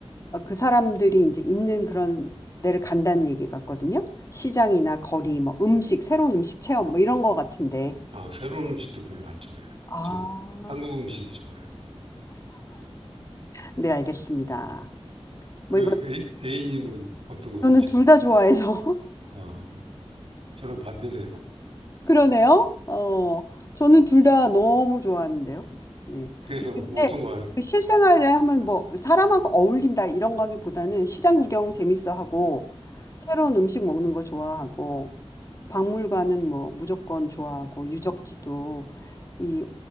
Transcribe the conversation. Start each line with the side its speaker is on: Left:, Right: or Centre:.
Left: 어, 그 사람들이 이제 있는 그런 데를 간다는 얘기 같거든요. 시장이나 거리, 뭐 음식, 새로운 음식 체험 뭐 이런 거 같은데.
Right: 아, 새로운 음식도 별로 안 좋아해요.
Left: 아,
Right: 저는 한국 음식이 좋아요.
Left: 네, 알겠습니다. 뭐
Right: 그,
Left: 이거
Right: A, A님은 어떤 거
Left: 저는
Right: 하실래요?
Left: 둘 다 좋아해서
Right: 아, 저랑 반대네요.
Left: <laughs> 그러네요. 어, 저는 둘 다 너무 좋아하는데요. 네.
Right: 그래서
Left: 근데
Right: 뭐 어떤 거, 요
Left: 그 실생활에 하면 뭐 사람하고 어울린다 이런 거기보다는 시장 구경 재밌어 하고 새로운 음식 먹는 거 좋아하고 박물관은 뭐 무조건 좋아하고 유적지도 이